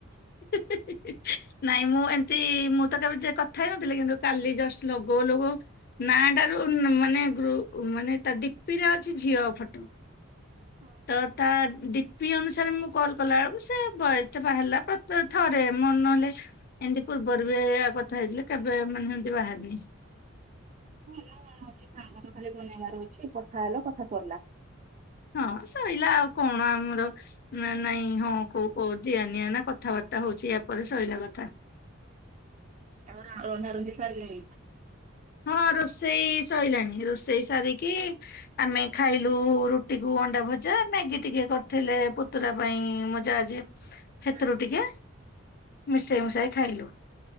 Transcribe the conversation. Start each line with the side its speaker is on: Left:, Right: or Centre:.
Left: ହିଁ ହିଁ ହିଁ ହିଁ ହିଁ। ନାଇଁ ମୁଁ ଏମତି ମୁଁତ କେବେ ଯେ କଥା ହେଇ ନଥିଲି କିନ୍ତୁ କାଲି ଜଷ୍ଟ ଲଗଉ ଲଗଉ ନାଆଁଟାରୁ ମାନେ ଗ୍ରୁ ମାନେ ତା ଡିପିରେ ଅଛି ଝିଅ ଫଟୋ।
Right: ହଁ।
Left: ତ ତା ଡିପି ଅନୁସାରେ ମୁଁ କଲ୍ କଲା ବେଳକୁ ସେ ବଏଜ୍ ଟା ବାହାରିଲାପା। ତ ଥରେ ମନହେଲେ ଏମିତି ପୂର୍ବରୁ ବି ଏଇଆ କଥା ହେଇଥିଲି କେବେ ମାନେ ଏମିତି ବାହାରିନି।
Right: ହୁଁ ମୁଁ କଣ ଅଛି ଖାଇବା ତ ଖାଲି ବନେଇବାର ଅଛି କଥା ହେଲ କଥା ସରିଲା।
Left: ହଁ ସଇଲା ଆଉ କଣ ଆମର ନା ନାଇଁ ହଁ କୋଉ କୋଉ କୋଉ ଦିଆ ନିିଆ ନା କ କଥାବାର୍ତ୍ତା ହୋଉଛି ଆ ପରେ ସଇଲା କଥା।
Right: ଆଉ ରା ରନ୍ଧାରନ୍ଧି ସାରିଲେଣି
Left: ହଁ ରୋଷେଇ ସଇଲାଣି ରୋଷେଇ ସାରିକି ଆମେ ଖାଇଲୁ ରୁଟିକୁୁ, ଅଣ୍ଡା ଭଜା ମ୍ୟାଗି ଟିକେ କରିଥିଲେ ପୁତୁରା ପାଇଁ ମୋ ଯା ଯିଏ ସେଥିରୁ
Right: ହୁଁ।
Left: ଟିକେ ମିଶେଇ ମୁଶାଇ ଖାଇଲୁ।